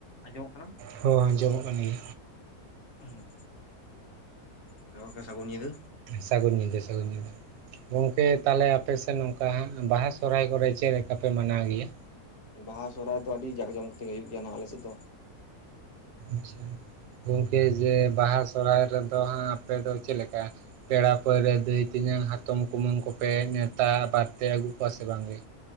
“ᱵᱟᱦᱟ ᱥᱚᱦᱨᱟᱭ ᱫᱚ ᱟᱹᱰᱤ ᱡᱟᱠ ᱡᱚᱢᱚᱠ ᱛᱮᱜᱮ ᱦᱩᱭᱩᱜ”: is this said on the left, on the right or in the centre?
Left